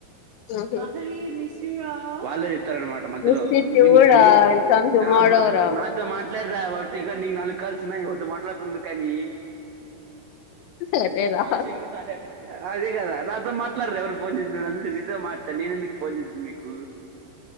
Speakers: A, on the left; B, on the right.
A: ఉహు
B: లహరి మిస్ వాళ్ళే జెప్ స్తారనమాట మధ్యలో
A: మిస్సిట్ యు
B: ని నీక్
A: కూడా
B: తెలీద్
A: విల్ కమ్ టుమారో
B: ఆ మద్ద్
A: రా
B: నాతో మాట్లాడు లే వర్తీగా నీ నాలుగు కాల్స్ వున్నాయ్ దే మట్లాడుకుంది కాని
A: సరేరా
B: ఆశే కూడా మాటాడుతుంటే అదే కదా నాతో మాట్లాడ్రు ఎవరు పోన్ జేసినపుడంతా నే నీతో మాట్లాడుత నేను ఎందుకు పోన్ జేసి మీకు